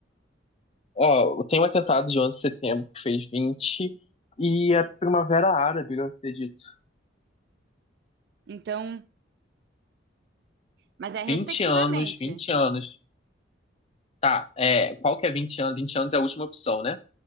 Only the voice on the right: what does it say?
Então, mas é respectivamente.